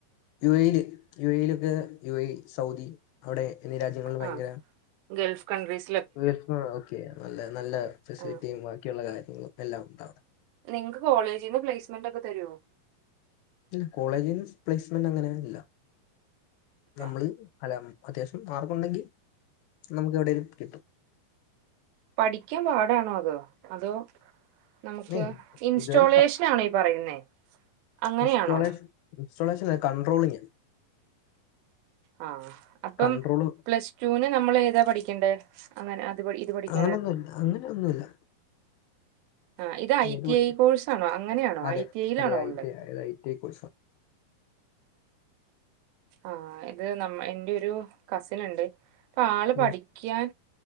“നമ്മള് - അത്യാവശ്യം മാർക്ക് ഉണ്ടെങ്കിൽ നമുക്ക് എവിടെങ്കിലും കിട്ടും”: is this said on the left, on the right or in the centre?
Left